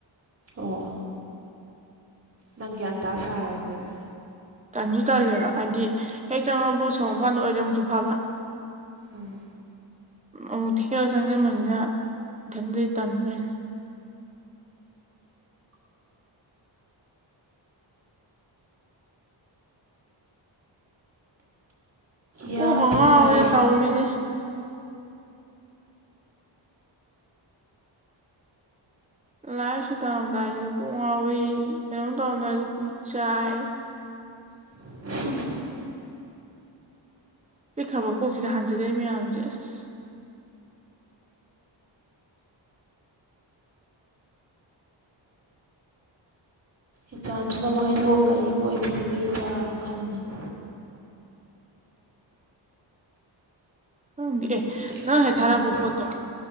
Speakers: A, on the right (about 30°); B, on the right (about 15°).
A: ꯑꯣ ꯅꯪ ꯒꯌꯥꯟꯇꯥ ꯁꯥꯔꯦ ꯑꯗꯨꯗꯤ
B: ꯇꯟꯁꯨ ꯇꯜꯂꯦꯕ ꯍꯥꯏꯗꯤ ꯍꯦꯛ ꯆꯪꯉꯄꯠ ꯁꯣꯔ ꯃꯄꯥꯟꯗ ꯑꯣꯏꯗꯤ ꯑꯃꯨꯛꯁꯨ ꯐꯕ
A: ꯎꯝ
B: ꯎ ꯊꯦꯛꯖꯥꯜꯂ ꯆꯪꯁꯤꯟꯕꯅꯤꯅ ꯢꯊꯥꯟꯇ ꯇꯥꯟꯕꯦꯟ
A: ꯌꯥꯗꯦꯗ
B: ꯀꯣꯛꯀꯥ ꯉꯧꯋꯦ
A: ꯇꯧꯔꯤꯁꯦ
B: ꯇꯧꯔꯤꯁꯦ ꯂꯥꯏ ꯂꯁꯨ ꯇꯧꯔꯝꯗꯥꯏꯁꯤꯁꯨ ꯀꯣꯛ ꯉꯥꯎꯏꯤ ꯀꯩꯅꯣꯝ ꯇꯧꯔꯝꯗꯥꯏꯁꯨ ꯀꯣꯛ ꯆꯥꯏ
A: <unintelligible>
B: ꯄꯤꯛꯈ꯭ꯔꯕ ꯀꯣꯛꯁꯤꯗ ꯍꯥꯟꯖꯗꯩ ꯃꯌꯥꯝꯁꯦ ꯑꯁ
A: ꯑꯦꯛꯖꯥꯝꯁꯤꯅ ꯑꯃꯨꯛ ꯍꯥꯏꯗꯣꯛꯑꯒ ꯀꯔꯤ ꯑꯃ ꯑꯣꯏꯕꯤꯒꯗꯣꯔꯤꯕ ꯑꯃꯨꯛ ꯈꯟꯕꯅꯤ
B: ꯅꯪ ꯑꯦ
A: ꯁꯤꯒꯤ
B: ꯅꯪ ꯍꯦꯛ
A: ꯈꯟꯕ
B: ꯊꯥꯔꯛꯄ ꯄꯣꯠꯇꯣ